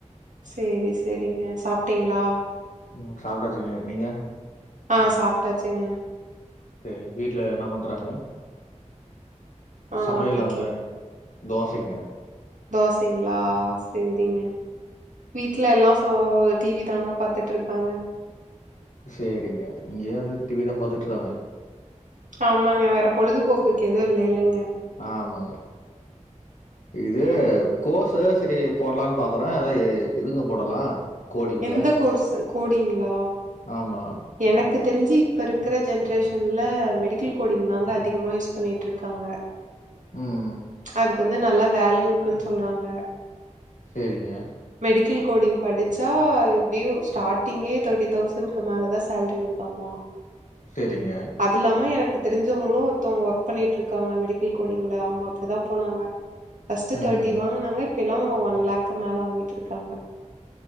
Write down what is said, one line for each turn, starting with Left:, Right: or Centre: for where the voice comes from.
Right: சேரி சேரிங்க சாப்பிட்டீங்களா
Left: உம் சாப்பிடாச்சுக்க நீங்க
Right: ஆ சாப்ட்டாச்சுங்க
Left: சரிங்க வீட்டுல என்ன பண்றாங்க
Right: ஆ
Left: சமையலாங்க
Right: வீட்ல
Left: தோசைங்க
Right: தோசைங்களா சேரிங்க வீட்ல எல்லாம் சோ டி வி தாங்க பாத்துட்டு இருக்காங்க
Left: சேரிங்க இங்கேயே அது டி வி தான் பாத்துட்ருக்காங்க
Right: ஆமாங்க வேற பொழுதுபோக்குக்கு எதுவும் இல்லைல்லைங்க
Left: ஆமாங்க இதே
Right: ம்
Left: கோர்சு சரி போடலாம்னு பாக்குறேன் அதா எதுங்க போடலாம் கோடிங்ல?
Right: எந்த கோர்ஸ் கோடிங்ளா
Left: ஆமா
Right: எனக்கு தெரிஞ்சி இப்ப இருக்கற ஜென்ரேஷன்ல மெடிக்கல் கோடிங் தாங்க அதிகமா யூஸ் பண்ணிட்டுருக்காங்க
Left: ம்
Right: அதுக்கு வந்து நல்லா வேல்யூ இருக்குன்னு சொல்றாங்க
Left: சேரிங்க
Right: மெடிக்கல் கோடிங் படிச்சா எப்படியும் ஸ்டார்ட்டிங்கே தேர்ட்டி தௌசண்ட் க் கு மேலதான் சேலரி வருதாமா
Left: செரிங்க
Right: அது இல்லாம எனக்கு தெரிஞ்சவங்களும் ஒருத்தவங்க ஒர்க் பண்ணிட்டு இருக்காங்க மெடிக்கல் கோடிங்ல அவங்க அப்படி தான் போனாங்க ஃபர்ஸ்டு
Left: ம்.
Right: தேர்ட்டி வாங்கினாங்க இப்ப எல்லாம் ஒன் லேக் மேல வாங்கிட்டு இருக்காங்க